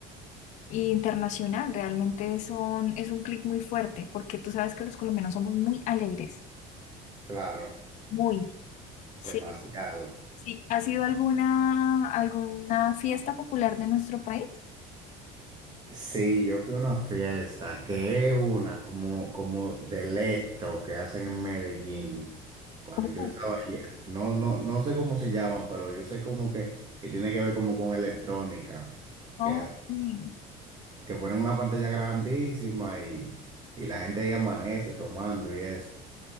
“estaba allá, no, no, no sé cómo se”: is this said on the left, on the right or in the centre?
Right